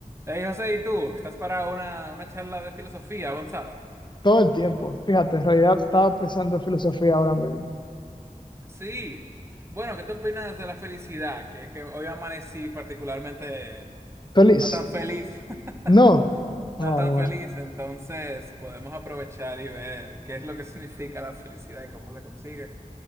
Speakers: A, on the right; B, on the left.
A: Hey José, ¿y tú? ¿Estás para una, una charla de filosofía avanzada?
B: Todo el tiempo. Fíjate, en realidad estaba pensando en filosofía ahora mismo.
A: Sí. Bueno, ¿qué te opinas de la felicidad? Que, que hoy amanecí particularmente
B: ¿Feliz?
A: no tan feliz, <laughs>
B: No.
A: no
B: Ah,
A: tan
B: bueno.
A: feliz, entonces podemos aprovechar y ver qué es lo que <laughs> significa la felicidad y cómo se consigue.